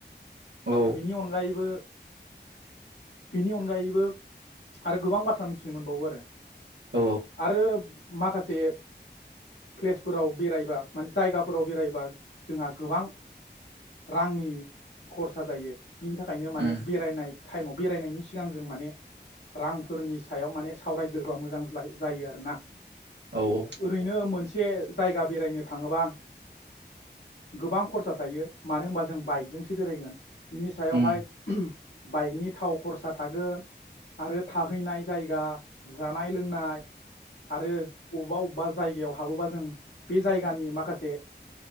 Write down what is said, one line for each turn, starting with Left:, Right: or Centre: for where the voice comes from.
Right: औ
Left: बेनि अनगायैबो बेनि अनगायैबो आरो गोबां बाथ्रा मिथिनो मोनबावो आरो
Right: औ
Left: आरो माखासे प्लेसफोराव बेरायबा माने जायगाफोराव बेरायबा जोंहा गोबां रांनि खरसा जायो बिनि थाखायनो माने
Right: उम
Left: बेरायनाय टाइमाव बेरायनायनि सिगां जों माने रांफोरनि सायाव माने सावरायग्रोबा मोजां जायो आरो ना
Right: औ औ
Left: ओरैनो मोनसे बे जायगा बेरायनो थाङोबा गोबां खरसा थायो मानो होनबा जों बाइकजोंसो बेरायगोन बिनि सायावहाय
Right: उम
Left: <unintelligible> बाइकनि थाव खरसा थागोन आरो थाहैनाय जायगा जानाय लोंनाय आरो अबेबा अबेबा जायगायाव हाबोबा जों बे जायगानि माखासे